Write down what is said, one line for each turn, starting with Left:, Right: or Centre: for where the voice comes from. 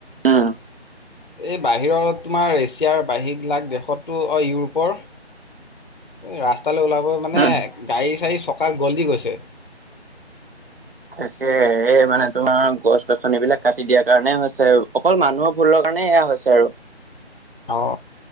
Right: উম
Left: এই বাহিৰত তোমাৰ এছিয়াৰ বাহিৰ বিলাক দেশতো অ ইউৰোপৰ ৰাস্তালৈ ওলাব মানে
Right: উম।
Left: গাড়ী চাড়ী চ ককা গলি গৈছে।
Right: তাকে। এই মানে তোমাৰ গছ গছন বিলাক কাটি দিয়াৰ কাৰণে হৈছে অকল মানুহৰ ভুলৰ কাৰণে এয়া হৈছে আৰু।
Left: অ,